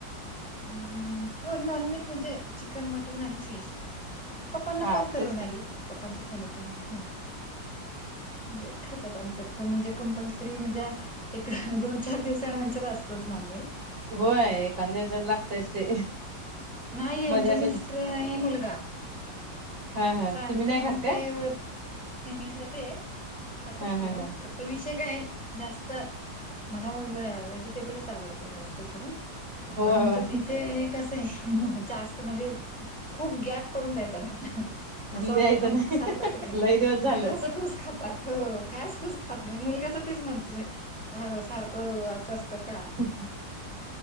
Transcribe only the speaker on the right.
हा
तेच
होय. कांद्या तर लागतेच ते
म्हणजे
असं.
हा हा
तुम्ही नाही
खात काय.
हा
हा
हा
होय
होय
द्यायचं
नाही
लय दिवस झालं
ह ठीक.